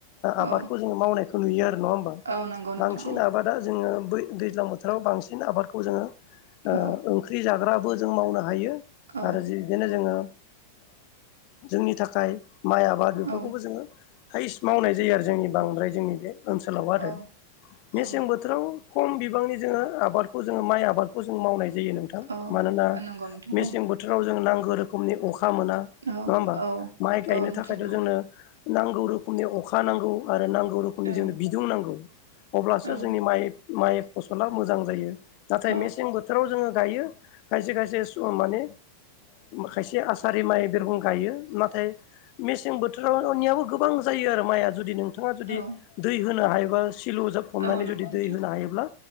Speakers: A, on the right (about 70°); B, on the left (about 45°).
A: औ
B: आबादखौ जोङो मावनायखौ नुयो आरो नङा होमबा
A: औ नंगौ नोंथां
B: बांसिन आबादा जोङो बै दैज्लां बोथोराव बांसिन आबादखौ जोङो
A: औ
B: ओंख्रि जाग्राबो जों मावनो हायो
A: औ
B: आरो जि बिदिनो जोङो जोंनि थाखाय माइ आबाद बेफोरखौबो
A: औ
B: जोङो हाइस्ट मावनाय जायो आरो जोंनि बांद्राय जोंनि बे ओनसोलाव
A: औ
B: आरो मेसें
A: औ
B: बोथ खम बिबांनि जोङो आबादखौ जोङो माइ आबादखौ जोंङो मावनाय जायो नों
A: औ
B: मानोना
A: औ नंगौ नोंथां
B: मेसें
A: औ
B: बोथोराव जों नांगौ रोखोमनि अखा मोना।
A: औ
B: नङा होमबा
A: औ
B: माइ गायनो
A: औ नोंथां
B: थाखायथ'
A: नंगौ
B: जोंनो नांगौ रोखोमनि अखा नांगौ आरो नांगौ रोखोमनि
A: औ
B: जोंनो बिदुं नांगौ अब्लासो
A: औ
B: जोंनि माइ माइ फसला मोजां जायो नाथाय
A: औ
B: मेसें बोथोर बोथोराव जोङो गायो खायसे खायसे माने खायसे आसारि माइ बिरगं गायो नाथाय मेसें बोथोरावनियाबो गोबां जायो आरो माइआ जुदि नोंथाङा
A: औ
B: जुदि
A: औ
B: दै होनो हायोबा सिलु जाबफबनानै
A: औ नंगौ
B: जुदि
A: नोंथां
B: दै होनो हायोब्ला